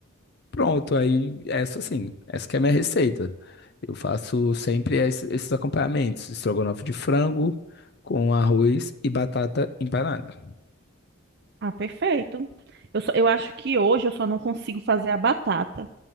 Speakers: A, on the left; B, on the right.
A: Pronto, aí essa sim, essa que é a minha receita. Eu faço sempre es- esses acompanhamentos, estrogonofe de frango com arroz e batata empanada.
B: Ah, perfeito. Eu só, eu acho que hoje eu só não consigo fazer a batata.